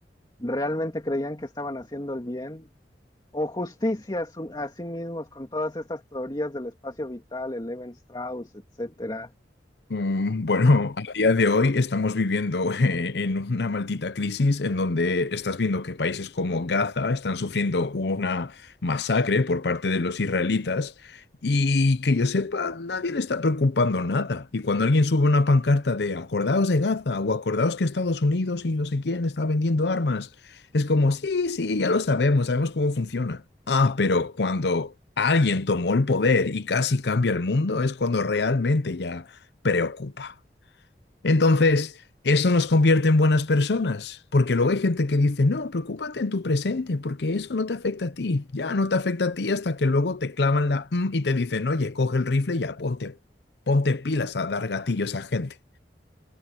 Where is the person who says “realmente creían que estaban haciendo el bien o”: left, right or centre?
Left